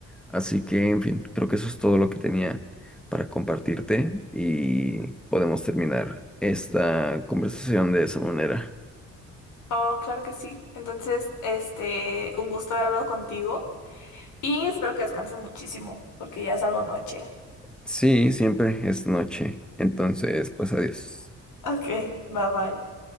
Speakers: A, in the centre; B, on the left.
A: Así que, en fin, creo que eso es todo lo que tenía para compartirte y podemos terminar esta conversación de esa manera.
B: Oh, claro que sí. Entonces, este, un gusto haber hablado contigo. Y espero que descanses muchísimo, porque ya es algo noche.
A: Sí, siempre es noche. Entonces, pues adiós.
B: Ok, bye bye.